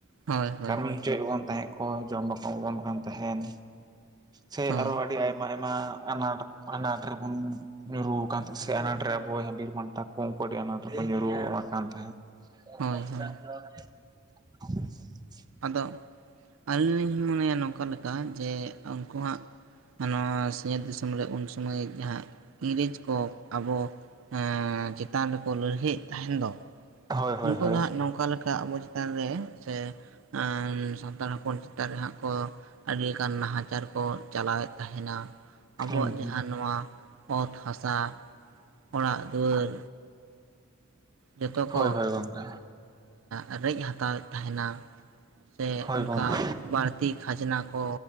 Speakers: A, on the right; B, on the right.
A: ᱦᱳᱭ ᱦᱳᱭ
B: ᱠᱟᱹᱢᱤ ᱦᱚᱪᱚᱭᱮᱜ ᱵᱚᱱ ᱛᱟᱦᱮᱸᱜ ᱠᱚ, ᱡᱚᱢ ᱵᱟᱠᱚ ᱮᱢᱟᱵᱚᱱ ᱠᱟᱱ ᱛᱟᱦᱮᱸᱱ᱾ ᱥᱮ
A: ᱦᱳᱭ
B: ᱟᱨᱚ ᱟᱹᱰᱤ ᱟᱭ ᱟᱭᱢᱟ ᱟᱭᱢᱟ ᱟᱱᱟᱴ ᱟᱱᱟᱴ ᱨᱮᱵᱚᱱ ᱧᱩᱨᱩ ᱠᱟᱱ ᱛᱟᱦᱮᱸᱱ, ᱥᱮ ᱟᱱᱟᱴᱨᱮ ᱟᱵᱚᱭ ᱦᱟᱹ ᱵᱤᱨ-ᱵᱟᱱᱴᱟ ᱩᱝᱠᱩ ᱟᱹᱰᱤ ᱟᱱᱟᱢ ᱨᱮᱠᱚ ᱧᱩᱨᱩᱣ ᱟᱠᱟᱱ ᱛᱟᱦᱮᱸᱫ᱾ <unintelligible>
A: ᱦᱳᱭ ᱦᱳᱭ ᱟᱫᱚ ᱟᱹᱞᱤᱧ ᱞᱤᱧ ᱢᱚᱱᱮᱭᱟ, ᱱᱚᱝᱠᱟ ᱞᱮᱠᱟ ᱡᱮ ᱩᱝᱠᱩ ᱦᱟᱸᱜ ᱚᱱᱟ ᱥᱤᱧᱚᱛ ᱫᱤᱥᱚᱢ ᱨᱮ, ᱩᱱ ᱥᱩᱢᱚᱭ ᱡᱟᱦᱟᱸ ᱤᱝᱨᱮᱡ ᱠᱚ ᱟᱵᱚ ᱮᱸ ᱪᱮᱛᱟᱱ ᱨᱮᱠᱚ ᱞᱟᱹᱲᱦᱟᱹᱭᱮᱫ ᱛᱟᱦᱮᱸᱱ ᱫᱚ,
B: ᱦᱳᱭ ᱦᱳᱭ
A: ᱩᱱᱠᱩ
B: ᱦᱳᱭ
A: ᱫᱚ ᱦᱟᱸᱜ ᱱᱚᱝᱠᱟ ᱞᱮᱠᱟ ᱠᱟᱜ ᱟᱵᱚ ᱪᱮᱛᱟᱱ ᱨᱮ ᱥᱮ ᱮᱸ ᱥᱟᱱᱛᱟᱲ ᱦᱚᱯᱚᱱ ᱪᱮᱛᱟᱱ ᱨᱮ ᱦᱟᱸᱜ ᱠᱚ ᱟᱹᱰᱤ ᱞᱮᱠᱟᱱ ᱱᱟᱦᱟᱸᱪᱟᱨ ᱠᱚ ᱪᱟᱞᱟᱣᱮᱜ ᱛᱟᱦᱮᱸᱱᱟ, ᱟᱵᱚᱣᱟᱜ
B: ᱦᱩᱸ ᱦᱩᱸ
A: ᱡᱟᱦᱟᱸ ᱱᱚᱣᱟ ᱚᱛ ᱦᱟᱥᱟ, ᱚᱲᱟᱜ ᱫᱩᱣᱟᱹᱨ ᱡᱚᱛᱚ
B: ᱦᱳᱭ
A: ᱠᱚ
B: ᱦᱳᱭ ᱜᱚᱝᱠᱮ
A: ᱮᱸ ᱨᱮᱡ ᱦᱟᱛᱟᱣᱮᱫ ᱛᱟᱦᱮᱸᱱᱟ᱾ ᱥᱮ
B: ᱦᱳᱭ
A: ᱚᱱᱠᱟ
B: ᱜᱚᱝᱠᱮ
A: ᱵᱟᱹᱲᱛᱤ ᱠᱷᱟᱡᱱᱟ ᱠᱚ